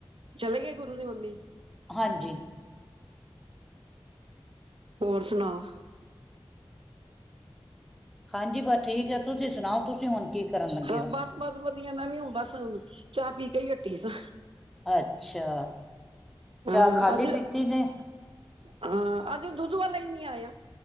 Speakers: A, on the right; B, in the centre.
A: ਚਲੇ ਗਏ ਗੁਰੂ ਦੀ ਮੰਮੀ।
B: ਹਾਂਜੀ।
A: ਹੋਰ ਸੁਣਾਓ।
B: ਹਾਂਜੀ ਬਸ ਠੀਕ ਹੈ' ਤੁਸੀਂ ਸੁਣਾਓ ਤੁਸੀਂ ਹੁਣ ਕੀ ਕਰਨ ਲੱਗੇ
A: ਹਾਂ
B: ਹੋ?
A: ਬਸ ਬਸ ਵਧੀਆ ਮੈਂ ਵੀ ਹੁਣ ਬਸ ਹੁਣ ਚਾਹ ਪੀ ਕੇ ਹੀ ਹਟੀ ਸਾ।
B: ਅੱਛਾ
A: ਹਾਂ
B: ਚਾਹ ਖਾਲੀ
A: ਅੱਜ
B: ਪੀਤੀ ਨੇ?
A: ਹਾਂ, ਅੱਜ ਦੁੱਧ ਵਾਲਾ ਹੀ ਨੀ ਆਇਆ।